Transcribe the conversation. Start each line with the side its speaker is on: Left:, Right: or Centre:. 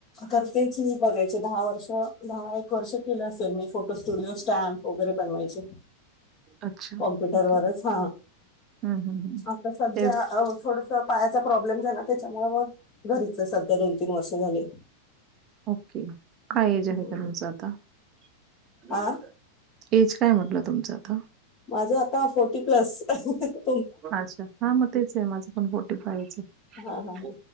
Left: तेच मी बघायचे दहा वर्ष द एक वर्ष केलं असेल मी फो फ स्टुडिओ स्टॅम्प वगैरे बनवायचे
Right: अच्छा
Left: कॉम्प्युटरवरच
Right: ओके
Left: हा
Right: हम्म हम्म हम्म
Left: आता सध्या
Right: ते
Left: अ थोडस पायाचा प्रॉब्लेम झाला त्याच्यामुळे म घरीच सध्या दोन तीन वर्ष झाले.
Right: ओके काय जे
Left: हम्म.
Right: आहे का तुमचा आता चांगलीस
Left: हा
Right: एज काय म्हटलं तुमचं आता?
Left: माझं आता फोर्टी प्लस ह
Right: अच्छा हा मग तेच आहे माझं पण फोर्टी फायच आहे
Left: हा हा हा